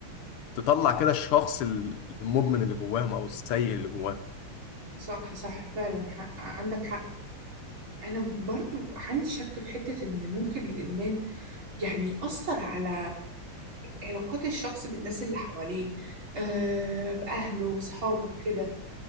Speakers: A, on the left; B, on the right.
A: تطلع كده الشخص المدمن اللي جواهم أو السيء اللي جواهم
B: صح صح فعلا حق عندك حق أنا برضو عندي شك في حتة إن ممكن الإدمان يعني يأثر على علاقات الشخص بالناس اللي حواليه آه، بأهله وصحابه وكده